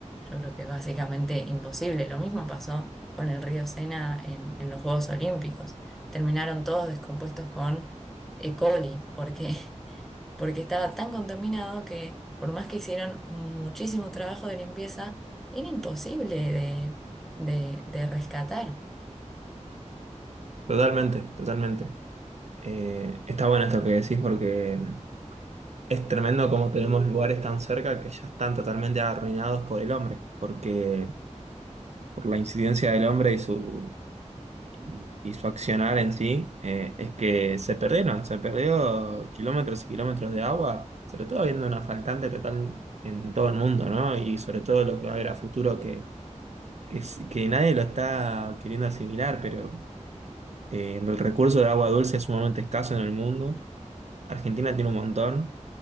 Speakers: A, in the centre; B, on the right.
A: yo creo que es básicamente imposible. Lo mismo pasó con el río Sena en, en los Juegos Olímpicos. Terminaron todos descompuestos con E. coli, porque, <laughs> porque estaba tan contaminado que por más que hicieron muchísimo trabajo de limpieza, era imposible de, de de rescatar.
B: Totalmente, totalmente. Eh, está bueno esto que decís porque mm, es tremendo como tenemos lugares tan cerca que ya están totalmente arruinados por el hombre, porque por la incidencia del hombre y su, y, y su accionar en sí, eh, es que se perdieron, se perdió kilómetros y kilómetros de agua, sobre todo habiendo una faltante total en todo el mundo, ¿no? Y sobre todo lo que va a haber a futuro que, que, s- que nadie lo está queriendo asimilar, pero eh, el recurso de agua dulce es sumamente escaso en el mundo. Argentina tiene un montón.